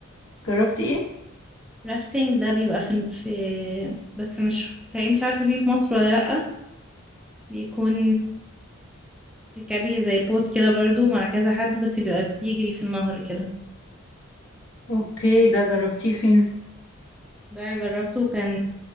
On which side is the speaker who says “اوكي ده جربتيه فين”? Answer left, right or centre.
Left